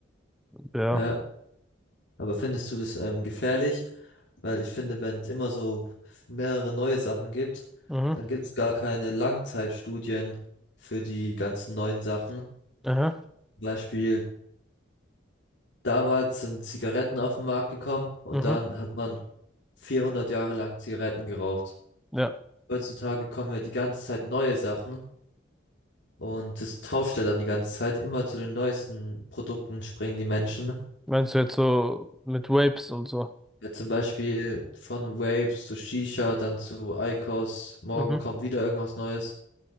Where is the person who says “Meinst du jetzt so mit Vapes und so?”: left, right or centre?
Centre